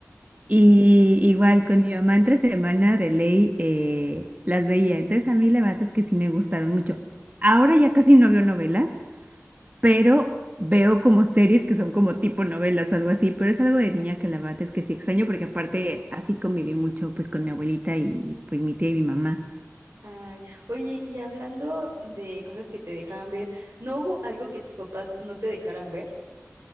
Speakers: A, on the right (about 30°); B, on the right (about 60°).
A: Y igual con mi mamá entre semana de ley eh, las veía. Entonces a mí la verdad es que sí me gustaron mucho. Ahora ya casi no veo novelas pero veo como series que son como tipo novelas o algo así, pero es algo de niña que la verdad es que sí extraño porque aparte así conviví mucho pues con mi abuelita y
B: Ujú.
A: pues mi tía y mi mamá.
B: Ay, oye, y hablando de cosas que te dejaban ver, ¿no hubo algo que tus papás no te dejaran ver?